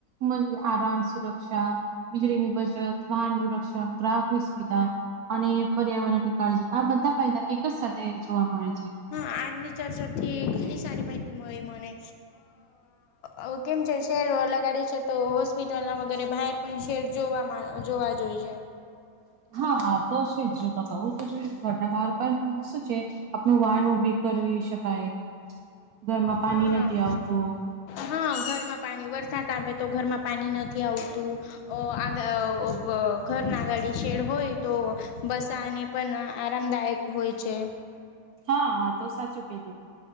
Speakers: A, on the right; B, on the left.
A: મ આરામ સુરક્ષા વીજળી ની બચત વાહનનુંું રક્ષણ ગ્રાહકની સુવિધા અને પર્યાવરણ ની કાળજી આ બધા ફાયદા એક જ સાથે જોવા મળે છે
B: હા આજની ચર્ચા થી ઘણી સારી માહિતી મળી મને અ કેમ છે શેર લગાડે છે તો હોસ્પિટલ ના વગેરે બહાર પણ શેર જોવા જોવા જોઈ છે
A: હા તો છે જો લગાવું તો જોઈ ઘરના બહાર પણ શું છે આપણું વાન ઉભી કરવી શકાય ઘરમાં પાણી
B: હા
A: નથી આવતું
B: હા ઘરમાં પાણી વરસાદ આવેે તો ઘરમાં પાણી નથી આવતું અ આ ઘર ના ગાડી શેડ હોય તો બસાને પણ આરામદાયક હોય છે
A: હા હા તો સાચું કધું હતું